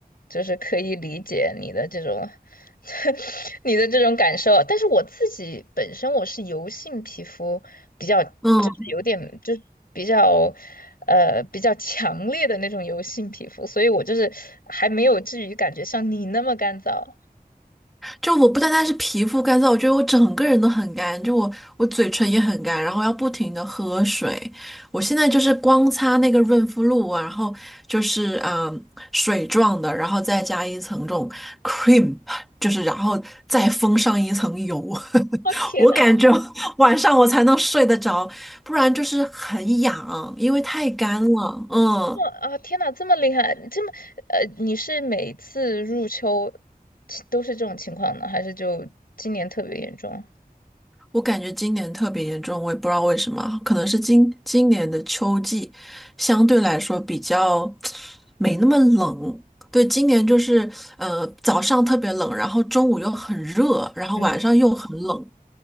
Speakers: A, on the left; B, in the centre.
A: 就是可以理解你的这种 <laughs> 你的这种感受。但是我自己本身我是油性皮肤，比较就是有点就是比较
B: 嗯。
A: 呃比较强烈的那种油性皮肤，所以我就是还没有至于感觉像你那么干燥。
B: 就我不单单是皮肤干燥，我觉得我整个人都很干，就我我嘴唇也很干，然后要不停的喝水。我现在就是光擦那个润肤露啊，然后就是嗯水状的，然后再加一层这种 cream，就是然后再封上一层油，<laughs>
A: 哦天呐！
B: 我感觉晚上我才能睡得着，不然就是很痒，因为太干了，嗯。
A: 哇啊！天呐，这么厉害，这么呃，你是每次入秋都是这种情况呢，还是就今年特别严重？
B: 我感觉今年特别严重，我也不知道为什么，可能是今今年的秋季相对来说比较没那么冷。对，今年就是呃早上特别冷，然后中午又很热，然后晚上又很冷，
A: 嗯。